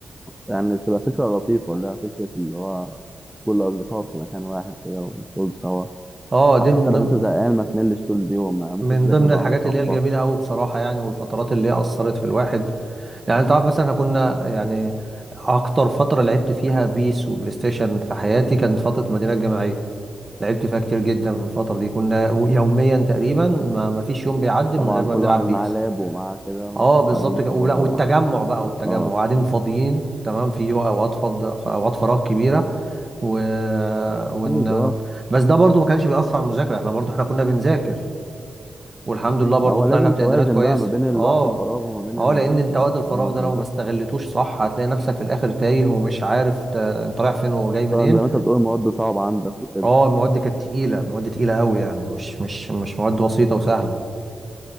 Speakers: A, in the centre; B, on the right.
A: يعني بتبقى فكرة لطيفة اللي هي فكرة اللي هو كل أصدقائك في مكان واحد كده وتقعدوا سوا
B: اه دي
A: حتى
B: من
A: لو
B: ضمن
A: أنت زهقان ما تملش طول اليوم يعني ممكن
B: من
A: تذاكر
B: ضمن
A: مع
B: الحاجات
A: واحد صاحبك
B: اللي هي الجميله قوي بصراحه يعني والفترات اللي هي اثرت في الواحد يعني انت عارف مثلا احنا كنا يعني اكتر فتره لعبت فيها بيس وبلاي ستيشن في حياتي كانت فتره المدينه الجامعيه لعبت فيها كتير جدا في الفتره دي كنا يوميا تقريبا ما ما فيش يوم بيعدي
A: طبعا
B: من غير ما
A: كل
B: بنلعب
A: واحد معاه
B: بيس
A: لاب ومعاه كده وقاعدين
B: اه بالظبط كده
A: سوا
B: ولا
A: طبعا
B: والتجمع بقى والتجمع
A: اه
B: قاعدين فاضيين تمام في اوقات فض في اوقات فراغ كبيره و...
A: أكيد
B: ون...
A: اه
B: بس ده برضو ما كانش بيأثر على المذاكره احنا برضو احنا كنا بنذاكر والحمد لله برضو
A: هو
B: طلعنا
A: لازم
B: بتقديرات
A: توازن
B: كويسة
A: بقى ما بين الوقت
B: اه
A: الفراغ وما بين
B: اه
A: المذاكرة
B: لان انت وقت
A: وما
B: الفراغ
A: بين الوقت
B: ده لو
A: المذاكرة
B: ما استغلتوش صح هتلاقي نفسك في الاخر تايه ومش عارف ت... انت رايح فين وجاي منين
A: طبعا زي ما انت بتقول المواد صعبة عندك وكده
B: اه المواد كانت تقيلة مواد تقيلة قوي يعني مش مش مش مواد بسيطة وسهلة